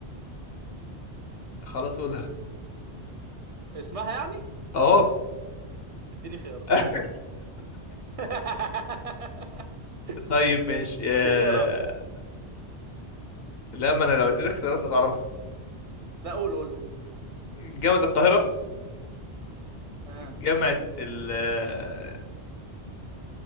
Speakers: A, on the left (about 65°); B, on the right (about 40°).
A: خلاص قولها
B: اسمها يعني
A: اه
B: اديني خيارات
A: <laughs>
B: <laughs>
A: طيب ماشي
B: اديني
A: آه...
B: خيارات
A: لا ما انا لو اديتك اختيارات هتعرفها
B: لا قول قول قول
A: جامعة القاهرة
B: ها
A: جامعة ال... آه،